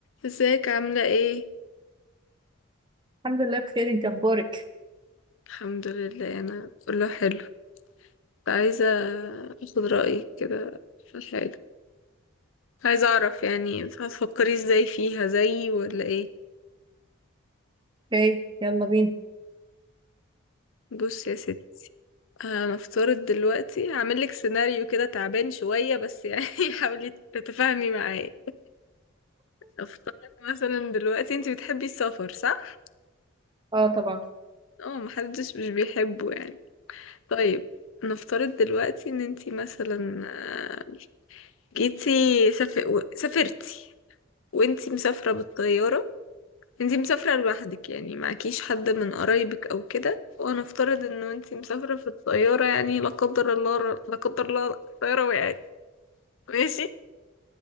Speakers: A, on the left; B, on the right.
A: ازيك عاملة ايه؟
B: الحمد لله بخير انت اخبارك
A: الحمد لله انا كله حلو كنت عايزة اخد رأيك كده في حاجة عايزة اعرف يعني انت هتفكري ازاي فيها زيي ولا ايه؟
B: اوكي يلا بينا
A: بص يا ستي هنفترض دلوقتي هعملك سيناريو كده تعبان شوية بس يعني <laughs> حاولي تتفاهمي معايا افترض مثلا دلوقتي انت بتحبي السفر صح؟
B: اه طبعا
A: اه محدش مش بيحبه يعني طيب نفترض دلوقتي ان انت مثلا آه، جيتي سافر... سافرتي وانتي مسافرة بالطيارة انتي مسافرة لوحدك يعني معكيش حد من قرايبك او كده وانا افترض انه انتي مسافرة في الطيارة يعني لا قدر الله لا قدر الله الطيارة وقعت ماشي